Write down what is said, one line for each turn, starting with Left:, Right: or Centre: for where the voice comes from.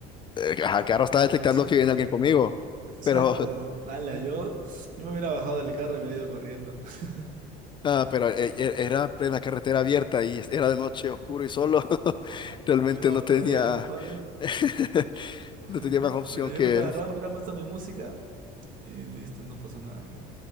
Left: eh, ajá, claro, estaba
Right: Oye,
Left: detectando
Right: sí,
Left: que viene
Right: o sea,
Left: alguien conmigo,
Right: <laughs> exacto.
Left: pero
Right: Ala, yo, yo me hubiera bajado del carro y hubiera ido corriendo. <laughs>
Left: Ah, pero eh, eh, era plena carretera abierta y era de noche oscuro y solo. <laughs>
Right: Ah,
Left: Realmente
Right: peor
Left: no tenía,
Right: todavía, mejor. eh.
Left: <laughs>
Right: <laughs>
Left: no tenía más opción
Right: Mira, yo
Left: que,
Right: hubiera agarrado, hubiera puesto mi música y listo, no pasó nada acá.